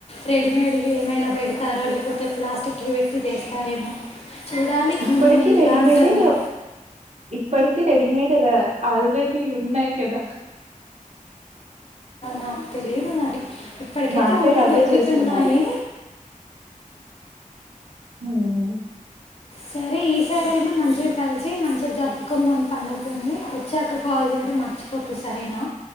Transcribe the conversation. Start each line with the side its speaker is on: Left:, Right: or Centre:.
Left: రెడీమేడ్వి ఏమైనా పెడతారో, లేక్పోతే ప్లాస్టిక్వి బెట్టి పేస్తారేమో. చూడాలి
Right: ఇప్పటికి
Left: ముందు, ముందు
Right: రెడీమేడే
Left: ఎలా ఉంటుందో.
Right: ఇప్పటికి రెడీమేడ్ <unintelligible> ఆల్రెడీ ఉన్నాయి గదా.
Left: నాక్ తెలిదు మరీ. ఇప్పటికైతే
Right: మా సైడ్
Left: ఊర్లో
Right: అవే
Left: దొరుకుతున్నాయి.
Right: చేస్తున్నారు మేము.
Left: సరే ఈసారైనా మంచిగా కలిసి మంచిగా జరుపుకుందాం, పండుగ <unintelligible> వచ్చాక, కాల్ జేయడం మర్చిపోకు సరేనా.